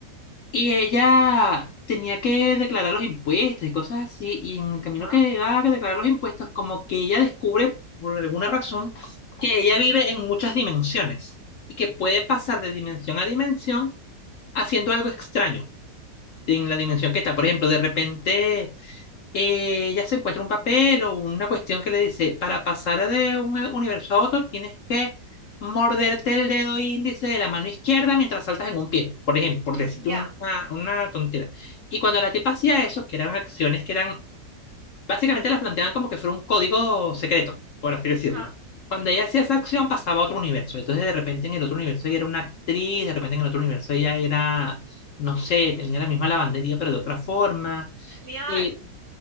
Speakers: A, on the left; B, on the right.
A: y ella tenía que declarar los impuestos y cosas así, y en el camino
B: Ajá.
A: que iba a declarar los impuestos, como que ella descubre, por alguna razón, que ella vive en muchas dimensiones y que puede pasar de dimensión a dimensión haciendo algo extraño en la dimensión que está. Por ejemplo, de repente eh, ella se encuentra un papel o una cuestión que le dice, para pasar de un eh, universo a otro tienes que morderte el dedo índice de la mano izquierda mientras saltas en un pie, por ejemplo, por decirte
B: Y ya.
A: una, una tontera. Y cuando la tipa hacía eso, que eran acciones que eran, básicamente las planteaban como que fuera un código secreto, por así decirlo.
B: Ajá.
A: Cuando ella hacía esa acción pasaba a otro universo, entonces de repente en el otro universo ella era una actriz, de repente en el otro universo ella era, no sé, tenía la misma lavandería pero de otra forma
B: Genial.
A: Eh,
B: <laughs>